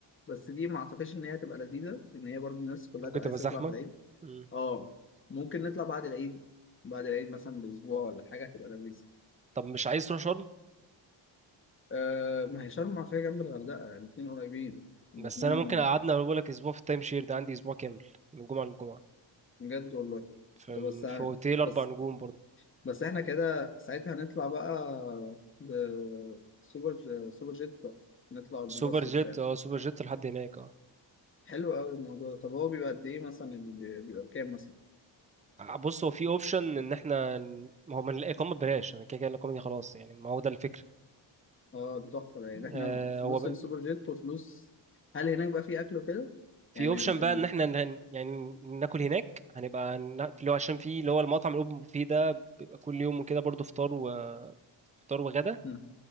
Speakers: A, on the left; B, on the right.
A: بس دي ما اعتقدش ان هي تبقى لذيذه ان هي برضه الناس كلها
B: ممكن
A: تبقى
B: تبقى
A: عايزه
B: زحمة
A: تطلع في العيد
B: مم.
A: اه ممكن نطلع بعد العيد بعد العيد مثلا باسبوع ولا حاجه هتبقى لذيذه
B: طب مش عايز تروح شرم
A: أه ما هي شرم فيها جنب الغردقه يعني الاثنين قريبين الاثنين
B: بس انا ممكن اقعدنا اقول لك اسبوع في التايم شير ده عندي اسبوع كامل من جمعه للجمعه
A: بجد والله
B: في
A: كنت بس
B: في اوتيل اربع
A: بس
B: نجوم برضه
A: بس احنا كده ساعتها هنطلع بقى بسوبر سوبر جيت بقى نطلع بالباص
B: سوبر
A: وبتاع
B: جيت اه سوبر جيت لحد هناك اه
A: حلو قوي الموضوع ده. طب هو بيبقى قد ايه مثلا اللي بيبقى بكام مثلا
B: بص هو في اوبشن ان احنا ن- ما هو من الاقامه ببلاش انا كده كده الاقامه دي خلاص يعني ما هو ده الفكره
A: اه ده تحفه يعني احنا
B: آه هو
A: فلوس
B: ب...
A: السوبر جيت وفلوس هل هناك بقى في اكل وكده
B: في
A: يعني
B: اوبشن
A: ال...
B: بقى
A: ال...
B: ان احنا ن... يعني ناكل هناك هنبقى ن... اللي هو عشان في اللي هو المطعم الاوبن بوفيه ده بيبقى كل يوم وكده برضه فطار وفطار وغدا
A: مم.